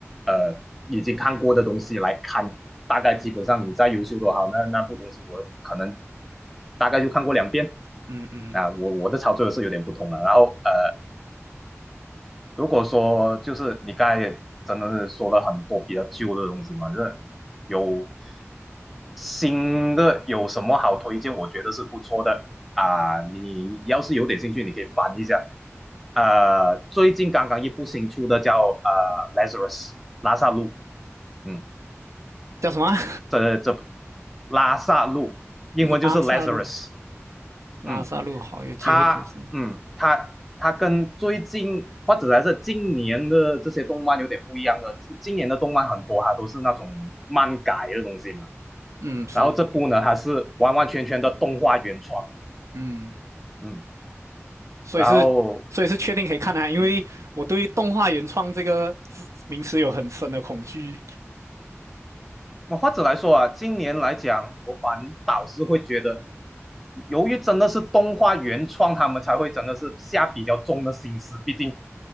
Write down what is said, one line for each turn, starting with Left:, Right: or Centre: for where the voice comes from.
Centre: 呃已经看过的东西来看。大概基本上你再优秀多好，
Right: 嗯，
Centre: 那那部东西我可能大概就看过两遍。
Right: 嗯嗯，
Centre: 啊，我我的操作是有点不同了。然后呃，如果说就是你刚才也真的是说了很多比较旧的东西嘛，就是有新的有什么好推荐？我觉得是不错的啊。你要是有点兴趣，你可以翻一下。呃，最近刚刚一部新出的叫呃《Lazarus》拉萨路，嗯，
Right: 叫什么啊
Centre: 这这拉萨路英文就是
Right: <laughs> 拉萨路，
Centre: Lazarus，
Right: 拉萨路好，
Centre: 嗯。
Right: 有机会可以试。
Centre: 它，嗯，它它跟最近或者还是今年的这些动漫有点不一样的，今年的动漫很多它都是那种漫改的东西嘛，
Right: 嗯，是，
Centre: 然后这部呢它是完完全全的动画原创，
Right: 嗯，
Centre: 嗯，
Right: 所以是，
Centre: 然后
Right: 所以是确定可以看的啊，因为我对动画原创这个字名词有很深的恐惧。
Centre: 嗯。那或者来说啊，今年来讲，我反倒是会觉得，由于真的是动画原创，他们才会真的是下比较重的心思。毕竟，